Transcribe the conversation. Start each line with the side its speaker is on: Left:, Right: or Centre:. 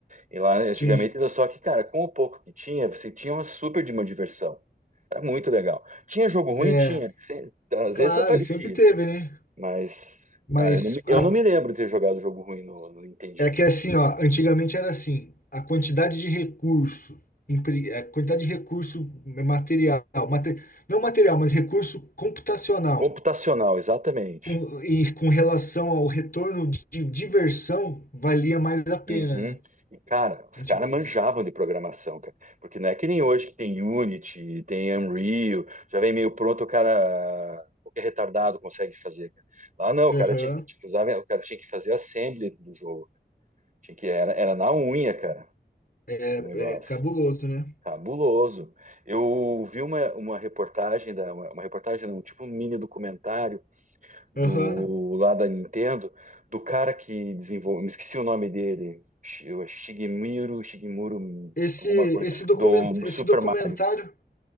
Right: E lá antigamente
Left: sim.
Right: era só que, cara, com o pouco que tinha, você tinha uma super de uma diversão. Era muito legal. Tinha jogo ruim?
Left: É,
Right: Tinha. Se- Às
Left: claro,
Right: vezes aparecia,
Left: sempre teve, né?
Right: mas,
Left: Mas
Right: cara, eu não, me- eu
Left: a-
Right: não me lembro de ter jogado jogo ruim no, no Nintendinho.
Left: É que assim, ó, antigamente era assim, a quantidade de recurso, empre- a quantidade de recurso é, material, mate- não material, mas recurso computacional,
Right: Computacional, exatamente.
Left: com- e com relação ao retorno de diversão, valia mais a pena,
Right: Uhum.
Left: né?
Right: E, cara, os
Left: Antigamente.
Right: caras manjavam de programação, cara. Porque não é que nem hoje que tem Unity, tem Unreal, já vem meio pronto, o cara, qualquer retardado consegue fazer, cara. Lá não, o
Left: Aham.
Right: cara tinha que, tipo, usava, o cara tinha que fazer assembly do jogo. Tinha que, era, era na unha, cara,
Left: É,
Right: o negócio.
Left: é cabuloso, né?
Right: Cabuloso. Eu vi uma, uma reportagem, da, uma, uma reportagem, um tipo um mini documentário do
Left: Aham.
Right: lá da Nintendo, do cara que desenvolveu, me esqueci o nome dele, Shi- Shigemiro, Shigemuro,
Left: Esse,
Right: alguma
Left: esse,
Right: coisa,
Left: document,
Right: do
Left: esse
Right: Super
Left: documentário,
Right: Mario.